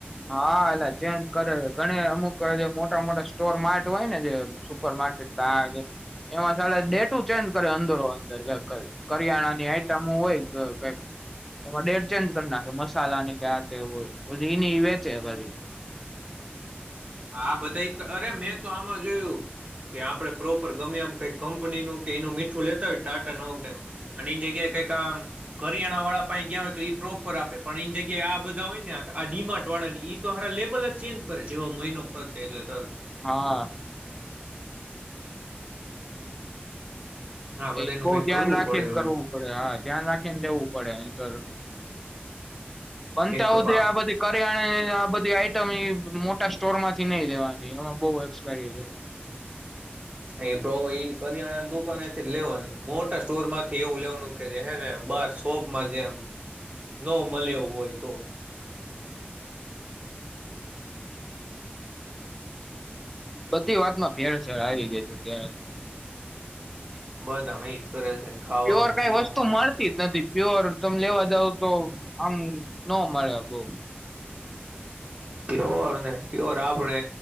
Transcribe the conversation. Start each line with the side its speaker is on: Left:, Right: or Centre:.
Centre: હા એટલે ચેન્જ કરે ઘણી અમુક જે મોટા મોટા સ્ટોર માર્ટ હોય ને જે સુપર માર્કેટ એમાં ડેટું ચેન્જ કરે અંદરો અંદર કરિયાણાની આઈટમ હોય કે કઈક એમાં ડેટ ચેન્જ કરી નાખે મસાલા ની કે આ તે હોયી નીવે છે ભ.
Right: આ બધા અરે મેં તો આમાં જોયું કે આપડે પ્રોપર ગમે એમ કઈક કંપનીનુંું કે એનું મીઠું લેતા હોય ટાટા નવકને અને એની જગ્યાએ કઈક આમ કરિયાણા વાળા પા ગયા હોય તો ઈ પ્રોપર આપે પણ એની જગ્યાએ આ બધા હોય ને આ ડીમાર્ટ વાળા તોાર લેવલ જ ચેન્જ કરે છે. મ ન ફર એટલે ત
Centre: હા.
Right: હા બધાનું
Centre: એ બહ
Right: કઈક
Centre: ધ્યાન
Right: કરવું
Centre: રાખીને
Right: પડે હવે
Centre: કરવું પડે હા ધ્યાન રાખીને લેવું પડે નહિતર. બનતા
Right: એક તો
Centre: હુધી
Right: પાપ
Centre: આ બધી કરીયાણે આ બધી આઈ મોટા સ્ટોર માંથી નહી રેવાની અ બ એસપાયરીવા
Right: એ પ્ર કરિયાણાની દુકાન એથી જ લેવાની મોટા સ્ટોર માંથી એવું લેવાનું કે જે હેને બાર શોપમાં જેમ ન મળે એવું હોય તો
Centre: બધી વાતમાં ભેળ શેળ આવી ગય તું ત્યારે.
Right: બધામાં હિત કરે છે ખાવામાં
Centre: પ્યોર કઈ
Right: પીવામાં
Centre: વસ્તુ મળતી
Right: જમીનમાં
Centre: જ નથી પ્યોર તમે લેવા જાવ તો આમ. ન મળે બઉ.
Right: પ્યોર પ્યોર આપણે